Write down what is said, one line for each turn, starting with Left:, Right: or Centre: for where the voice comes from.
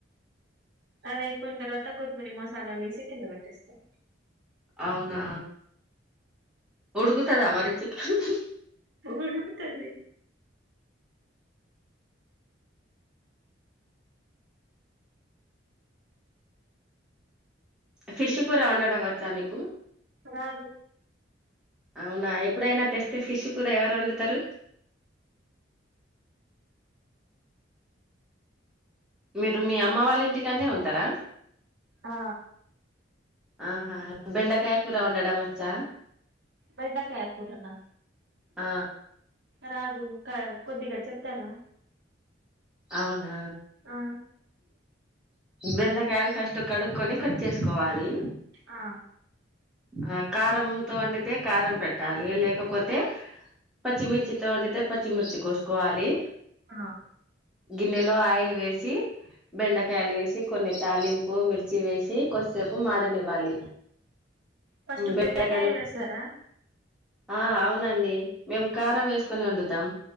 Right: అదయిపోయిన తర్వాత కొత్తిమీర మసాలాలు వేసి కింద పెట్టేస్తాం
Centre: అవునా ఉడుకుతదా మరి చికెన్
Right: ఉడుకుతది
Centre: ఫిష్ కూర వండడం వచ్చా మీకు
Right: రాదు
Centre: అవునా ఎప్పుడైనా తెస్తే ఫిష్ కూడా ఎవరు వండుతారు <inaudible> మీరు మీ అమ్మ వాళ్ళ ఇంటికనే ఉంటారా
Right: ఆ
Centre: ఆహా బెండకాయ కూర వండడం వచ్చా
Right: బెండకాయ కూరనా
Centre: ఆ
Right: రాదు కొద్దిగా చెప్తారా
Centre: అవునా
Right: ఆ
Centre: బెండాకాయలు ఫస్ట్ కడుక్కుని కట్ చేసుకోవాలి
Right: ఆ
Centre: ఆ కారంతో వండితే కారం పెట్టాలి లేక లేకపోతే పచ్చిమిర్చితో వండితే పచ్చిమిర్చి కోసుకోవాలి
Right: ఆ
Centre: గిన్నెలో ఆయిల్ వేసి బెండకాయలు వేసి కొన్ని తళింపు మిర్చి వేసి కొద్దిసేపు మాడనివ్వాలి
Right: ఫస్ట్
Centre: బెండకాయలు
Right: బెండకాయ వేస్తారా
Centre: ఆ అవునండి మేము కారం వేసుకొని వండుతాం